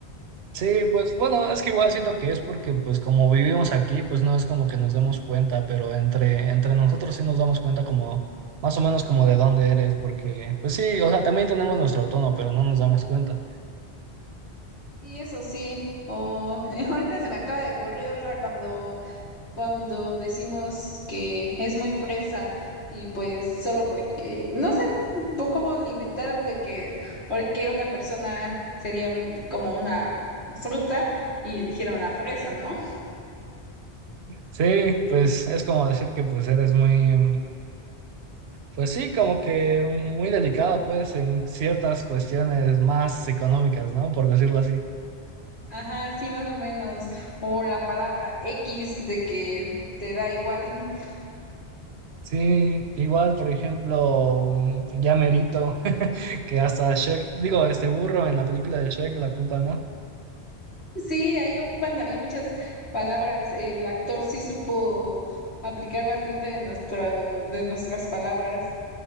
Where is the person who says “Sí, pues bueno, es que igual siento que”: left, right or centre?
Right